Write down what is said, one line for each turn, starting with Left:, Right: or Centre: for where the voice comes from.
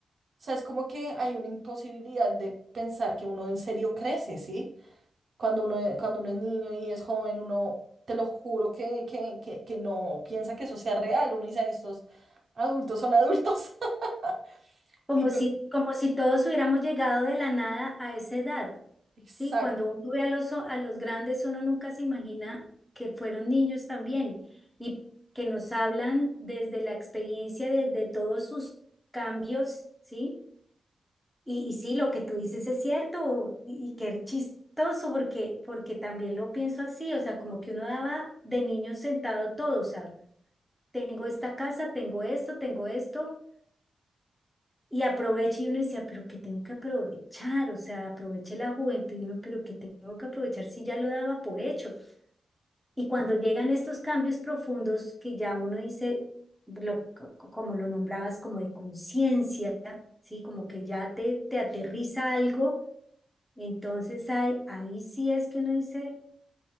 Right: sea, es como que hay una imposibilidad de pensar que uno en serio crece, ¿sí? Cuando uno, cuando uno es niño y es joven, uno, te lo juro que, que, que, que no piensa que eso sea real. Uno dice, "Ay, estos adultos son adultos. <laughs>
Centre: Como
Right: Y yo,
Centre: si, como si todos hubiéramos llegado de la nada a esa edad,
Right: exacto,
Centre: ¿sí? Cuando uno ve a los, o- a los grandes, uno nunca se imagina que fueron niños también y que nos hablan desde la experiencia de, de todos sus cambios, ¿sí? Y, y sí, lo que tú dices es cierto y, y qué chistoso porque, porque también lo pienso así, o sea, como que uno daba de niño sentado todo, o sea, tengo esta casa, tengo esto, tengo esto. Y aproveche y uno decía, pero ¿qué tengo que aprovechar? O sea, aproveche la juventud y uno, pero ¿qué tengo que aprovechar si ya lo daba por hecho? Y cuando llegan estos cambios profundos que ya uno dice, lo- co- co- como lo nombrabas, como de conciencia, ¿sí? Como que ya te, te aterriza algo, entonces ahí, ahí sí es que uno dice,